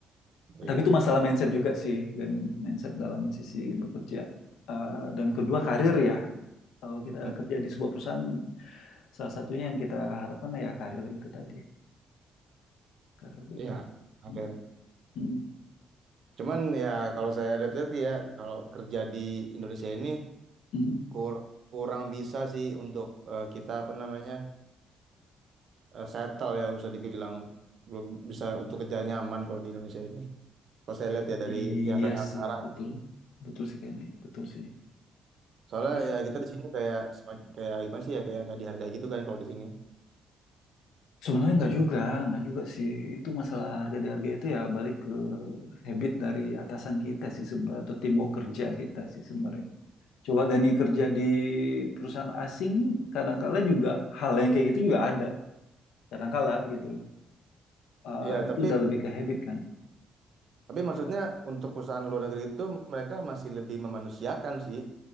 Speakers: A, on the right; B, on the left.
A: Iya.
B: tapi itu masalah mindset juga sih Gani mindset dalam sisi bekerja Eh, dan kedua karir ya kalau kita
A: Mm,
B: kerja di sebuah perusahaan salah satunya yang kita harapkan ya karir itu tadi karir itu
A: Iya. Ada.
B: Mm, mm,
A: Cuman ya kalau saya lihat-lihat ya kalau kerja di Indonesia ini
B: mm.
A: kur- kurang bisa sih untuk eh, kita apa namanya? eh, settle ya bisa dibilang belum bisa untuk kerja nyaman kalau di Indonesia ini. Kalau saya lihat ya dari
B: Iya
A: yang keadaan
B: sih,
A: sekarang.
B: betul.
A: gitu.
B: Betul sih gani betul sih.
A: Soalnya
B: Tapi, s-
A: ya kita di sini kayak semakin- kayak gimana sih ya kayak nggak dihargai gitu kan kalau di sini.
B: Sebenarnya nggak juga, nggak juga sih. Itu masalah harga di harga itu ya balik ke habit dari atasan kita sih sebenarnya atau timbuk kerja kita sih sebenarnya. Coba gani kerja di perusahaan asing, kadangkala juga hal yang kayak gitu juga ada, kadangkala gitu. loh. Eh,
A: Ya
B: itu
A: tapi
B: udah lebih ke habit kan.
A: tapi maksudnya untuk perusahaan luar negeri itu mereka masih lebih memanusiakan sih